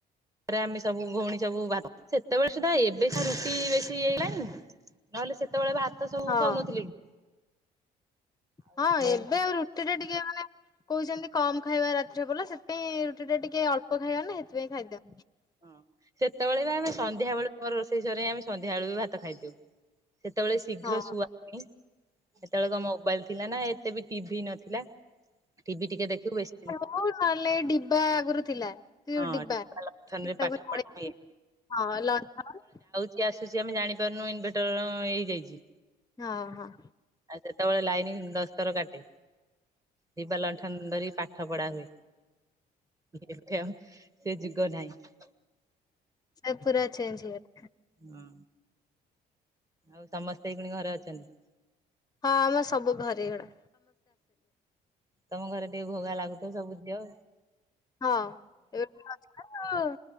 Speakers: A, on the right; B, on the left.
A: ରେ ଆମେ ସବୁ ଭଉଣୀ ସବୁ ଭା ସେତେବେଳେ ସୁଦ୍ଧା ଏବେ ସ ରୁଟି ବେଶୀ ହେଇଗଲାଣି। ନହେଲେ ସେତେବେଳେ ଭାତ ସବୁ
B: ହଁ
A: ଖାଉନଥିଲେ କି। ଆଉ
B: ହଁ ଏବେ
A: ଏଇ
B: ଆଉ ରୁଟିରେ ଟିକେ ମାନେ କହୁଚନ୍ତି କମ୍ ଖାଇବା ରାତି୍ରିରେ ବୋଲେ ସେ ସେଥି ପାଇଁ ରୁଟି ଟା ଟିକେ ଅଳ୍ପ ଖାଇବା ନା ସେଥିପାଇଁ ଖାଇଦିଅ।
A: ହଁ ସେତେବେଳେ ବି ଆମେ ସନ୍ଧ୍ୟାବେଳୁ ମୋର ରୋଷେଇ ସରେ ଆମେ ସନ୍ଧ୍ୟା ବେଳୁ ବି ଭାତ ଖାଇଦୋଉ। ସେତେବେଳେ ଶୀଘ୍ର
B: ହଁ
A: ଶୁଆ ହୁଏ ସେତେବେଳେ କଣ ମୋବାଇଲି ଥିଲା ନା ଏତେ ବି ଟିଭି ନଥିଲା। ଟି ଭି ଟିକେ ଦେଖିବୁ ଏସ୍ତେ
B: ଉ ତାହେଲେ ଡିବା ଆଗୁରୁ ଥିଲା। ହୁଁ
A: ହଁ
B: ଡିବା
A: ଲଣ୍ଠନରେ
B: ଡିବା
A: ପାଠ
B: ଫାଳେଥିବ
A: ପଢା
B: ହଁ ଲଣ୍ଠନର
A: କିଏ ଆସୁଚି ଆମେ ଜାଣିପାରୁନୁ ଇନଭେଟର ଇଏ ହେଇଯାଇଚି।
B: ହଁ ହଁ।
A: ଆଉ ସେତେବେଳେ ଲାଇନି କି ଦଶଥର କାଟେ। ଡିବା ଲଣ୍ଠନ ଧରି କି ପାଠ ପଢା ହୁଏ। ଧିରେ ଧିରେ ଆଉ ସେ ଯୁଗ ନାହିଁ।
B: ସବୁ ପୁରା ଚେଞ୍ଚେ ହେଇଗଲା।
A: ଉଁ। ଆଉ ସମସ୍ତେ ଏଇ ଖିଣି ଘରେ ଅଛନ୍ତି?
B: ହଁ ଆମେ ସବୁ ଘରେଏଡା।
A: ତମ ଘରେ ଟିକେ ଘୋ ଘା ଲାଗୁଥିବ ସବୁ ଥିବ।
B: ହଁ ଏବେ ପହଁଚିନୁ ଆଉ।